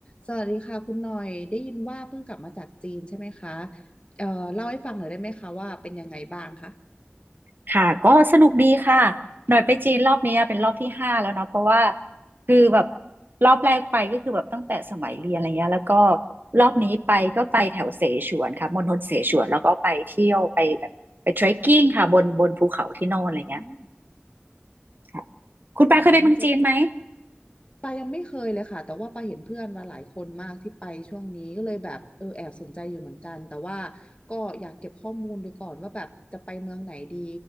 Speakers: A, on the left (about 30°); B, on the right (about 50°).
A: สวัสดีค่ะคุณหน่อยได้ยินว่าเพิ่งกลับมาจากจีนใช่ไหมคะเอ่อเล่าให้ฟังหน่อยได้ไหมคะว่าเป็นยังไงบ้างคะ
B: ค่ะก็สนุกดีค่ะหน่อยไปจีนรอบนี้เป็นรอบที่ห้าแล้วเนาะเพราะว่าคือแบบรอบแรกไปก็คือแบบตั้งแต่สมัยเรียนอะไรเงี้ยแล้วก็รอบนี้ไปก็ไปแถวเสฉวนค่ะมณฑลเสฉวนแล้วก็ไปเที่ยวไปแบบไปเทรคกิ้งค่ะบนบนภูเขาที่โน่นอะไรเงี้ย
A: อืม
B: ค่ะคุณปาเคยไปเมืองจีนไหม
A: อืมะ ปายังไม่เคยเลยค่ะ แต่ว่าปาเห็นเพื่อนมาหลายคนมากที่ไปช่วงนี้ก็เลยแบบเออแอบสนใจอยู่เหมือนกันแต่ว่าก็อยากเก็บข้อมูลดูก่อนว่าแบบจะไปเมืองไหนดี